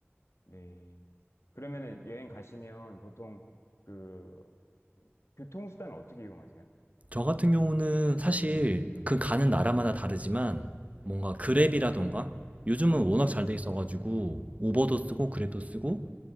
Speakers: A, on the left; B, on the right.
A: 네. 그러면은 여행 가시면 보통 그 교통수단 어떻게 이용하세요?
B: 저 같은 경우는
A: 대중교통?
B: 사실
A: 네.
B: 그 가는 나라마다 다르지만 뭔가 그랩이라던가
A: 네.
B: 요즘은 워낙
A: 네네.
B: 잘 돼 있어가지고 우버도 쓰고 그랩도 쓰고